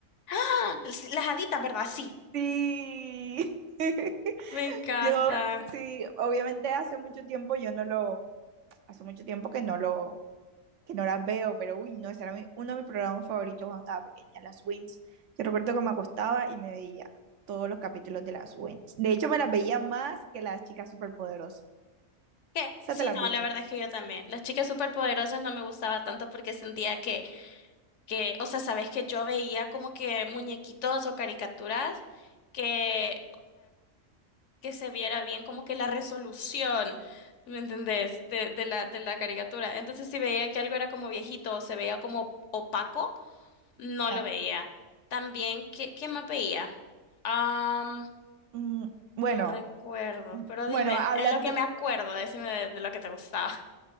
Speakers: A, on the left; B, on the right.
A: ¡Ah! Sí, Las haditas, ¿verdad? Sí.
B: Sí. <laughs>
A: Me encanta.
B: Yo, sí, obviamente hace mucho tiempo yo no lo, hace mucho tiempo que no lo, que no las veo, pero uy, no, ese era mi- uno de mis programas favoritos cuando estaba pequeña, las Wins. Yo recuerdo que me acostaba y me veía todos los capítulos de las Wins. De hecho, me las veía más que las chicas superpoderosas.
A: ¿Qué?
B: ¿Ya
A: Sí,
B: te las
A: no,
B: viste?
A: la verdad es que yo también. Las chicas superpoderosas no me gustaba tanto porque sentía que, que, o sea, sabes que yo veía como que muñequitos o caricaturas que, que se viera bien como que la resolución, ¿me entendés? De, de la, de la caricatura. Entonces, si veía que algo era como viejito o se veía como opaco, no
B: Ajá.
A: lo veía. También, ¿qué, qué más veía? Am,
B: Mm, bueno,
A: no recuerdo,
B: mm,
A: pero
B: bueno,
A: dime,
B: hablando,
A: es lo que me acuerdo, decime de, de lo que te gustaba.